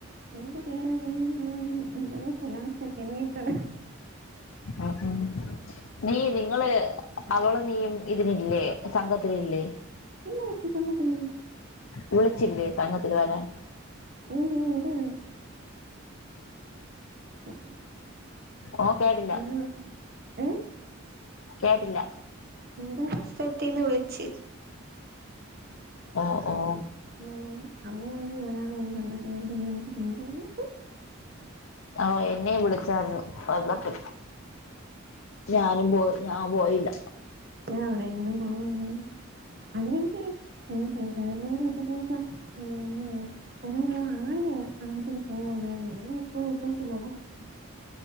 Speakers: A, on the right; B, on the left.
A: എന്റെ പേര <unintelligible> <unintelligible> <unintelligible> ല്ലാ വെക്കല്ലി ട്ടോ
B: ഉം ഉം നീ നിങ്ങള് അവളും നീയും ഇതിലില്ലേ സംഘത്തിലില്ലേ
A: എന്റെ പക്ഷെ സമയത്ത്
B: വിളിച്ചില്ലേ സംഘത്തില് വരാൻ
A: ഊ ഊടാ <unintelligible> <unintelligible>
B: ഓ കേട്ടില്ല
A: ആഹ് എഹ്
B: കേട്ടില്ല
A: ന്റെ പ്രസവത്തിന്ന് വിളിച്ച്
B: ഓ ഓഹ്
A: ആ അമ്മ <unintelligible> എന്താ ചെയ്യണ്ട്യത് ന്ന് <unintelligible>
B: ആഹ് എന്നെയും വിളിച്ചായിരുന്നു വന്നപ്പെ ഞാനും പോയി ഞാൻ പോയില്ല
A: ഞാ എവ്ടെങ്കിലും പോവാണ് ന്ന് അല്ലെങ്കി <unintelligible> വേറാരും ഇതുപോല്ത്ത <unintelligible> കുറെ നാളായി സങ്കത്തിൽ പോവൂല ഇനിപ്പോ പ്രത്യേകിച്ച് ലോൺ <unintelligible>